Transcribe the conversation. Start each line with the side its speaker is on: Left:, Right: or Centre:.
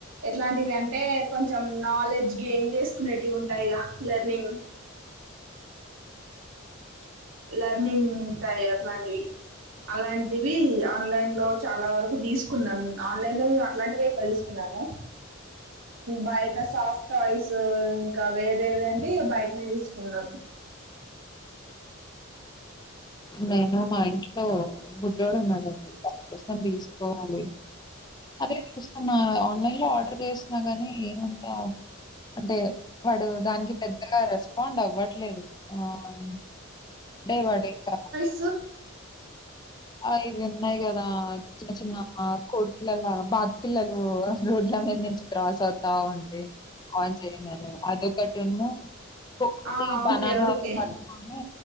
Right: ఎట్లాంటివి అంటే కొంచెం నాలెడ్జ్ గెయిన్ చేసుకునేటివి ఉంటాయిగా లెర్నింగ్ లర్నింగ్ టాయి అట్లాంటివి అలాంటివి ఆన్లైన్ లో చాలా వరకు తీసుకున్నాం ఆన్లైన్ లో మేము అట్లాంటివే తీసుకున్నాము బయట సాఫ్ట్ టాయిస్ ఇంకా వేరే ఏదండీ బయట నేయి తీస్ కున్నాం
Left: నేను మా ఇంట్లో బుడ్డోడు ఉన్నాడండి, వాడి కోసం తీసుకోవాలి, అదే చూస్తున్న ఆన్లైన్ లో ఆర్డర్ చేసిన గాని. ఏమంతా అంటే వాడు దానికి పెద్ డా రస్ పాండ్ అవ్వట్లేదు హ్ అంటే వాడ్ ఇంక
Right: స్
Left: ఐద్ ఉన్నయి గదా చిన్న చిన్న కోడ్ పిల్లల లాగ బాక్ పిల్లలు రోడ్ల మీద నుంచ్ క్రాస్ అవుతా ఉంటే ఆన్ చేయని అని, అదొకటిను కోతి
Right: ఆ
Left: బనానా
Right: ఓకే ఓకే
Left: పట్టుకొని